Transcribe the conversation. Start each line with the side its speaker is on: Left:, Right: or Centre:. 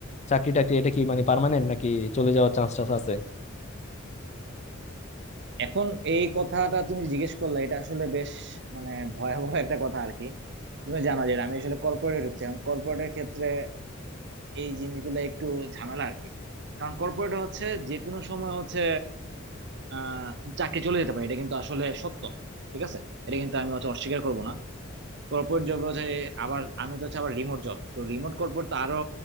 Left: চাকরি টাকরি এটা কি মানে পার্মানেন্ট নাকি চলে যাওয়ার চান্স টান্স আছে
Right: এখন এই কথাটা তুমি জিজ্ঞেস করলে এটা আসলে বেশ মানে ভয়াবহ একটা কথা আর কি তুমি জানো যে আমি আসলে কর্পোরেটে ঢুকছি এখন কর্পোরেটের ক্ষেত্রে এই জিনিসগুলো একটু ঝামেলা আর কি কারণ কর্পোরেটে হচ্ছে যে কোনো সময় হচ্ছে আহ চাকরি চলে যেতে পারে এটা কিন্তু আসলে সত্য ঠিক আছে এটা কিন্তু আমি হচ্ছে অস্বীকার করবো না কর্পোরেট জব হচ্ছে আবার আমি তো হচ্ছে আবার রিমোট জব তো রিমোট কর্পোরেট তো আরো